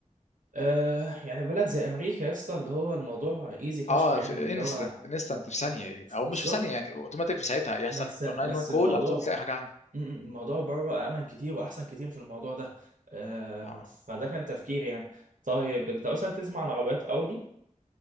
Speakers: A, on the right; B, on the left.
A: آه يعني بلد زي امريكا يا اسطى اللي هو الموضوع ايزي فشخ
B: اه
A: يعني
B: في
A: اللي
B: انستنت
A: هو
B: انستنت
A: آه،
B: في ثانيه او
A: بالظبط
B: مش في ثانيه يعني اوتوماتيك في ساعتها يحصل
A: بس
B: 911
A: بس
B: كول
A: الموضوع
B: على طول تلاقي حاجه عندك
A: م- م- الموضوع بره امن كتير واحسن كتير في الموضوع ده آه
B: اه
A: فده كان تفكيري يعني طيب انت مثلا تسمع عن عربيات اودي